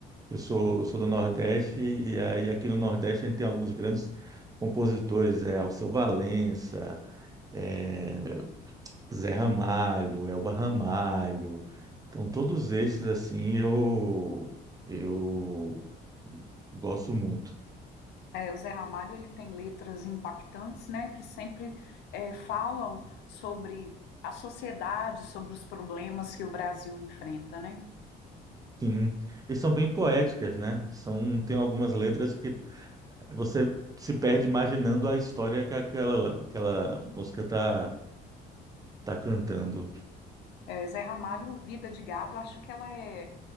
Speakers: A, on the right (about 20°); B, on the left (about 80°).
A: Eu sou, eu sou do Nordeste e aí aqui no Nordeste a gente tem alguns grandes compositores, é Alceu Valença, é Zé Ramalho, Elba Ramalho. Então todos esses assim eu eu gosto muito.
B: É, o Zé Ramalho ele tem letras impactantes, né, que sempre é, falam sobre a sociedade, sobre os problemas que o Brasil enfrenta, né?
A: Sim, e são bem poéticas, né? São tem algumas letras que você se perde imaginando a história que aquela aquela música tá tá cantando.
B: É, Zé Ramalho, Vida de Gado, acho que ela é